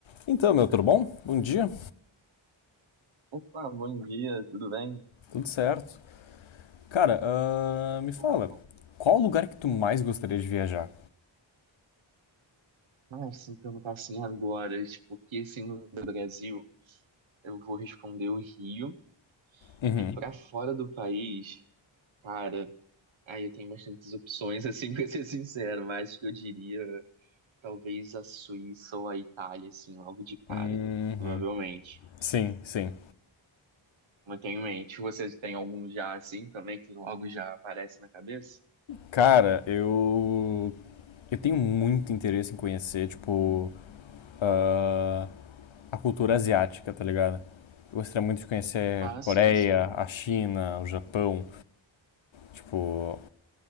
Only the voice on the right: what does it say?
Opa, bom dia, tudo bem?
Tudo bom.
Ah, se me perguntar assim agora, tipo, que assim no Brasil, eu vou responder o Rio.
E pra fora do país, cara, aí eu tenho bastantes opções, assim, <laughs> pra ser sincero, mas que eu diria talvez a Suíça ou a Itália, assim, logo de cara,
provavelmente.
Não tenho em mente. Vocês têm algum já, assim, também, que logo já aparece na cabeça?
Ah, sim,
sim.